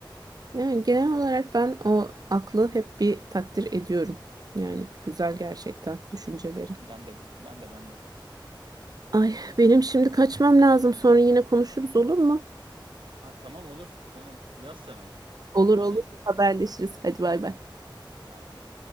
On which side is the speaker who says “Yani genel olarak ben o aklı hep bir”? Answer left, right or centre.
Right